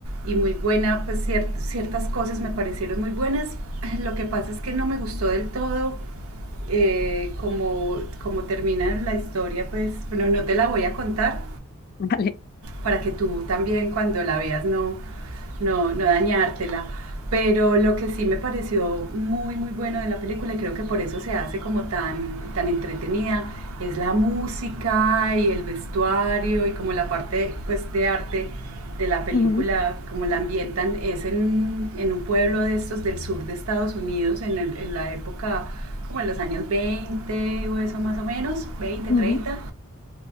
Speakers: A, on the right (about 85°); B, on the left (about 45°).
A: y muy buena, pues cier ciertas cosas me parecieron muy buenas. <clears throat> Lo que pasa es que no me gustó del todo eh, como, como termina la historia, pues bueno, no te la voy a contar,
B: <laughs> Vale.
A: para que tú también cuando la veas no, no, no dañártela. Pero lo que sí me pareció muy, muy bueno de la película, y creo que por eso se hace como tan, tan entretenida, es la música y el vestuario y como la parte pues, de arte de la película,
B: Ujú,
A: como la ambientan, es en, en un pueblo de estos del sur de Estados Unidos, en, el, en la época como en los años 20 o eso más o menos, 20,
B: ujú.
A: 30